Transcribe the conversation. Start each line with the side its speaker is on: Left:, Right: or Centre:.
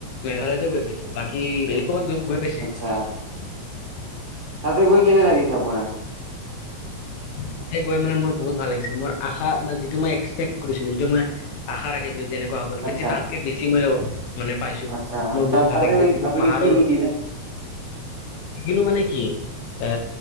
Left: মেঘালয়তে গৈ পাইছোঁ। বাকী বেলেগ, ক'ৰবাত গৈ-গৈ পাইছে?
Right: আচ্ছা তাতে গৈ কেনে লাগিছে আপোনাৰ
Left: তাতে গৈ মানে মোৰ বহুত ভাল লাগিছিল মোৰ আশা মানে যিটো মই এক্সপেক্ট কৰিছিলো যিটো মই আশা ৰাখিছিলো যেনেকুৱা হ'ব
Right: আচ্ছা
Left: তাতকে বেছি মই মানে পাইছো
Right: আচ্ছা
Left: মোৰ
Right: তাত
Left: বহুত ভাল
Right: তাতে
Left: লাগিছে
Right: গৈ
Left: যিটো
Right: আপুনি
Left: পাহাৰৰ
Right: কি শিকিলে?
Left: শিকিলো মানে কি এ